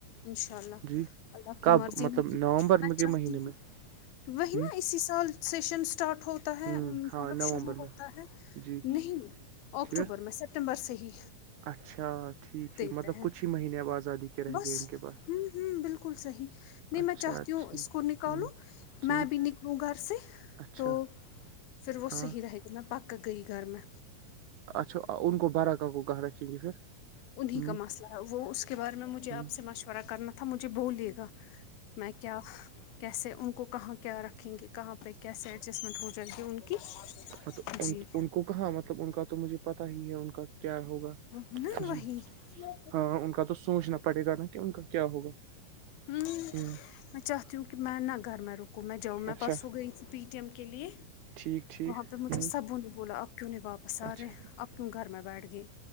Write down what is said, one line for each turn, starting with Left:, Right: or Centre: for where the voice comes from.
Left: انشاء اللہ
Right: جی
Left: اللہ کی
Right: کب
Left: مرضی
Right: مطلب
Left: ہوگی
Right: نومبر
Left: میں چاہتی
Right: کے مہینے
Left: ہوں
Right: میں
Left: وہی
Right: ہ
Left: نا اسی سال سیشن اسٹارٹ ہو ہے
Right: ہ
Left: مطلب
Right: ہاں نومبر
Left: شروع ہوتا
Right: میں
Left: ہے
Right: جی
Left: نہیں اکٹوبر
Right: ٹھیک
Left: میں سب ستمبر صحی
Right: اچھا ٹھیک ٹھیک
Left: دیتا
Right: مطلب
Left: ہیں
Right: کچھ ہی مہینے اب آزادی کے رہ
Left: بس
Right: گئے ان کے پاس
Left: ہ ہوں بالکل صحیح نہیں
Right: اچھا
Left: میں چاہتی ہوں
Right: ٹھیک
Left: اس کوول نکالوں
Right: ہوں ٹھیک
Left: میں بھی نکلوں گھر سے
Right: اچھا
Left: تو پھر وہ
Right: ہاں
Left: صحی رہے گی میں پک گئی گھر میں
Right: اچھا ان کو بارا کاک کو کہاں رکھیں گے پھر
Left: <unintelligible>
Right: ہ ہ
Left: میں کیا کیسے ان کو کہاں کیا رکھیں گے کہاں پہ کیسے ایڈجسٹمنٹ ہو جلی ان کی
Right: ہاں تو
Left: جی
Right: ان کو کہاں مطلب ان کا تو مجھے پتا ہی ہے ان کا کیا ہوگا
Left: نا
Right: جی
Left: وہی ہوں
Right: ہاں ان کا تو سوچنا پڑے گا نا کہ ان کا کیا ہوگا
Left: وں
Right: ہ
Left: میں چاہتی ہوں کہ میں نہ گھر میں رکوں میں جاؤں میں
Right: اچھا
Left: پرسوں گی س پی ٹی ایم کے لیے
Right: ٹھیک ٹھیک
Left: وہاں پہ مجھے
Right: ہ
Left: سبوں نے بولا اب کیوں نے واپس
Right: اچھا
Left: آ رہے ہیں اب کیوں گھر میں بیٹھ گئے